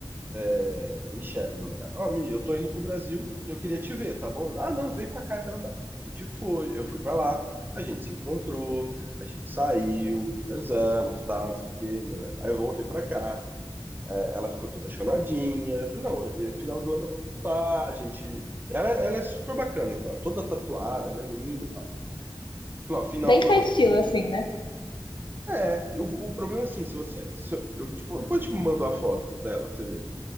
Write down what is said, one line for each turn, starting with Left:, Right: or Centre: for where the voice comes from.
Right: é... Michelle o nome dela. Ó, Mi, eu tô indo pro Brasil e eu queria te ver, tá bom? Ah, não, vem pra cá, tal, tal. A gente foi, eu fui pra lá, a gente se encontrou, a gente saiu, transamos, tal, não sei o quê. Aí eu voltei pra cá, é, ela ficou toda chonadinha. Eu falei, não, no final do ano eu vou voltar, a gente... Ela, ela é super bacana, tá? toda tatuada, ela é linda. Tá? final
Left: Bem
Right: do
Left: seu
Right: ano eu
Left: estilo,
Right: vou
Left: assim, né?
Right: É, eu- o problema é assim, se você. se eu, eu, tipo, depois eu te mando a foto dela pra você ver.